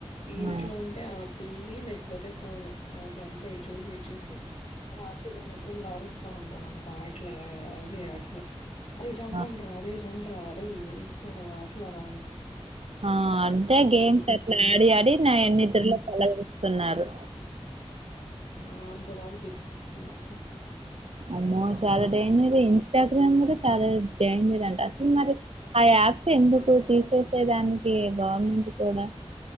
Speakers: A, on the left; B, on the right.
A: ఈ
B: ఆ
A: ఇంట్లో ఉంటే ఆ టీవీ లేకపోతే ఫోన్ ఆ ఒక అబ్బాయి చూసి చూసి రాత్రి నిద్రలో అరుస్తా ఉంటారూ అంతా ఆటలా అవి ఆటలా అరే చంపండ్రా
B: ఆ
A: అరేయ్ రండిరా ఇట్లా రా అట్లా రా అని
B: ఆ అంటే
A: మ్మ్
B: గేమ్స్ అట్లా ఆడి ఆడి నా నిద్ద్రలో కలవిస్తున్నారు
A: ఆ అంత దాకా తీసుకొస్తాంది అక్క
B: అమ్మో చాలా డేంజర్ ఇన్స్టాగ్రామ్ద చాలా డేంజర్ అంటా అసలు మరి హై ట్యాప్ ఎందుకు తీసేసే దానికి గవర్నమెంట్ కూడా